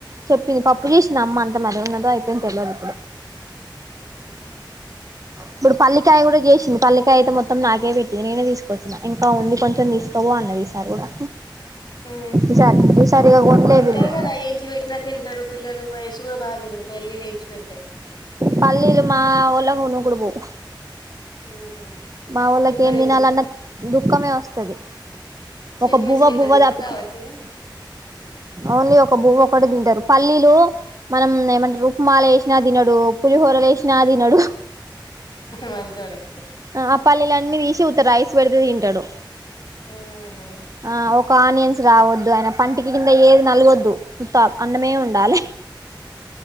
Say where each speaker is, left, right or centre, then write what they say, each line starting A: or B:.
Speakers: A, on the right (about 45°); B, on the left (about 60°).
A: చెప్పింది పప్పు చేసింది అమ్మ అంత మరి ఉన్నదో అయిపోయింది తెల్వదు
B: హు ఇంక
A: ఇప్పుడు పల్లికాయ కూడా చేసింది పల్లికాయ అయితే మొత్తం నాకే పెట్టింది నేనే తీసుకోచ్చిన ఇంకా ఉంది కొంచెం తీసుకవో అన్నది ఈ సారి కూడా
B: ఉ
A: ఈసారి ఈసారి ఇగ కొనలే
B: తింటారు
A: వీళ్ళు
B: కదా ఏంచి పెట్నా తింటారు పిల్లలు మా యేషు కూడా బాగా తింటాడు పల్లీలు ఏయించి పెడితే
A: పల్లీలు మా ఒళ్ళకు నూకుడు పోవ్
B: ఉహు
A: మా ఓళ్ళకి
B: తింటారు
A: ఏం
B: వీళ్ళు
A: తినాలన్న దుఃఖమే వస్తది
B: చట్నీస్
A: ఒక బువ్వ
B: గిట్ట
A: బువ్వ
B: తింటారు
A: దాప్
B: కాబట్టి ఇగ
A: ఓన్లీ ఒక బువ్వ ఒకటి తింటారు పల్లీలు మనం ఏమంటరుక్మాల ఏసినా తినడు పులిహోరలు ఏసినా తినడు
B: మంచోడే
A: ఆ పల్లెలన్నీ తీసి ఉత్త రైస్ పెడితే తింటాడు
B: ఉహు
A: ఆ ఒక ఆనియన్స్ రావద్దు ఆయన పంటికి కింద ఏది నలగోద్దు ఉత్తా అన్నమే ఉండాలి